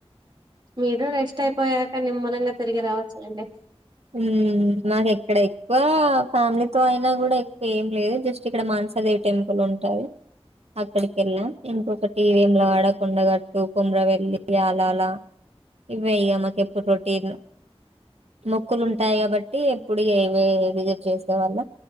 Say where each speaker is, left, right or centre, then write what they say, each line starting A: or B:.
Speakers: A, on the right; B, on the right.
A: మీరు రెస్ట్ అయిపోయాక నిమ్మలంగా తిరిగి రావచ్చు లేండి
B: ఉమ్మ్ మాకు ఇక్కడ ఎక్కువ ఫ్యామిలీతో అయినా కూడా ఎక్కువ ఏం లేదు జస్ట్ ఇక్కడ మానసాదేవి టెంపుల్ ఉంటది అక్కడికెళ్ళా ఇంకొకటి వేములవాడ కొండగట్టు కోమ్రవెళ్ళి అలా అలా ఇవే ఇగ మాకెప్పుడు రోటీన్ మొక్కులు ఉంటాయి కాబట్టి ఎప్పుడు ఇగ ఇవే విజిట్ చేసే వాళ్ళ